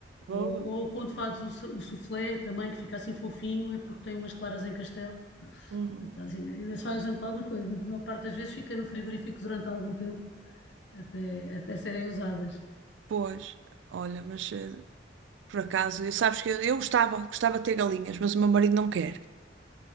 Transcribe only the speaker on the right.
Boa.
Uhum.
Ah,
Pois, olha, mas eh, por acaso, eu- sabes que eu, eu gostava, gostava de ter galinhas, mas o meu marido não quer.